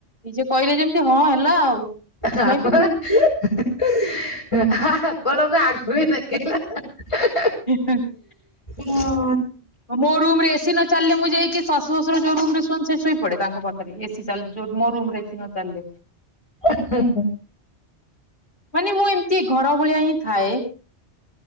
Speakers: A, on the left (about 45°); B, on the left (about 25°).
A: ନିଜେ କହିଲେ ଯେମିତି ହଁ ହେଲା ଆଉ।
B: ଆପ
A: ମୁଁ କାଇଁ ପିନ୍ଧିବି।
B: ଆପଣ। <unintelligible>
A: <unintelligible>
B: ମୁଁ।
A: ମୋ ରୁମ ରେ ଏସି ନଥି ନ ଚାଲିଲେ ମୁଁ ଯାଇକି ଶାଶୁ ଶ୍ୱଶୁର ଯୋଉ ରୁମ ରେ ଶୁଅନ୍ତି ସେଇଟି ଶୋଇପଡ଼େ ତାଙ୍କ ପାଖରେ ଏସି ଚାଲିଲେ ଯୋଉ ମୋ ରୁମ ରେ ଏସି ନ ଚାଲିଲେ।
B: <unintelligible>
A: ମାନେ ମୁଁ ଏମିତି ଘର ଭଳିଆ ହିଁ ଥାଏ।